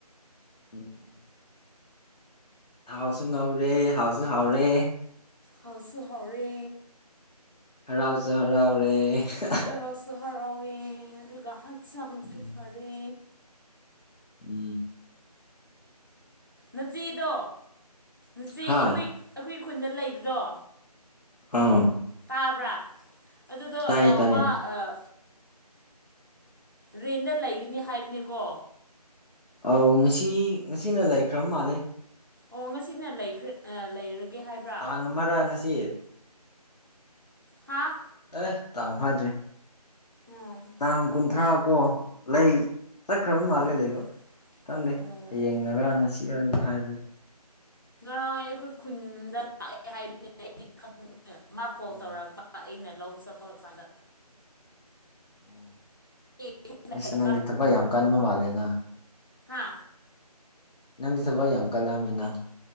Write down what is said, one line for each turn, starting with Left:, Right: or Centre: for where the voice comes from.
Left: ꯎꯝ ꯊꯥꯎꯁꯨ ꯉꯧꯔꯦ ꯍꯥꯎꯁꯨ ꯍꯥꯎꯔꯦ
Right: ꯍꯥꯎꯁꯨ ꯍꯥꯎꯔꯦ
Left: ꯍꯔꯥꯎꯖꯨ ꯍꯔꯥꯎꯔꯦ <unintelligible>
Right: ꯍꯔꯥꯎꯁꯨ ꯍꯔꯥꯎꯋꯦ ꯑꯗꯨꯒ ꯍꯛꯆꯥꯡꯁꯨ
Left: ꯎꯝ
Right: ꯐꯔꯦ
Left: ꯎꯝ
Right: ꯅꯆꯦꯗꯣ ꯅꯆꯦ
Left: ꯍꯥ
Right: ꯑꯩꯈꯣꯏ ꯑꯩꯈꯣꯏ ꯈꯨꯟꯗ ꯂꯩꯕꯗꯣ
Left: ꯑꯥ
Right: ꯇꯥꯕ꯭ꯔꯥ ꯑꯗꯨꯗꯣ
Left: ꯇꯥꯏꯌꯦ
Right: ꯑꯥ
Left: ꯇꯥꯏꯌꯦ
Right: ꯃꯥ ꯑꯥ ꯔꯦꯟꯗ ꯂꯩꯒꯅꯤ ꯍꯥꯏꯕꯅꯤꯀꯣ
Left: ꯑꯧ ꯉꯁꯤ ꯉꯁꯤꯅ ꯂꯩꯈ꯭ꯔꯕ ꯃꯥꯜꯂꯦ
Right: ꯑꯣ ꯉꯁꯤꯅ ꯂꯩꯈ꯭ꯔꯦ ꯂꯩꯔꯒꯦ ꯍꯥꯏꯕ꯭ꯔꯥ
Left: ꯑꯃꯥꯡꯁꯤ
Right: ꯍꯥꯥ
Left: ꯑꯦ ꯇꯥꯡ ꯐꯗ꯭꯭ꯔꯔꯤ
Right: ꯎꯝ
Left: ꯇꯥꯡ ꯀꯨꯟꯊ꯭ꯔꯥ ꯀꯣ ꯂꯩ ꯆꯠꯈ꯭ꯔꯕ ꯃꯥꯜꯂꯦ
Right: ꯎꯝ
Left: ꯂꯩꯕ ꯈꯪꯗꯦ
Right: ꯑꯣ
Left: ꯍꯌꯦꯡꯅꯔ ꯉꯁꯤ ꯈꯔꯗꯤ ꯍꯥꯏꯕꯅꯦ
Right: ꯉꯔꯥꯡ ꯑꯩꯈꯣꯏ ꯈꯨꯟꯗ ꯂꯥꯛꯑꯦ ꯍꯥꯏꯕꯁꯤꯅ ꯑꯩꯗꯤ ꯃꯥ ꯀꯣꯜ
Left: ꯎꯝ
Right: ꯇꯧꯔꯛꯄ ꯑꯩꯅ ꯂꯧ ꯆꯠꯄ ꯀꯥꯟꯗ
Left: ꯑꯣ
Right: ꯍꯥꯏꯕ
Left: ꯑꯁ ꯅꯪꯗꯤ ꯊꯕꯛ ꯌꯥꯝ ꯀꯟꯕ ꯃꯥꯜꯂꯦꯅ
Right: ꯍꯥ
Left: ꯅꯪꯗꯤ ꯊꯕꯛ ꯌꯥꯝ ꯀꯜꯂꯝꯃꯤꯅ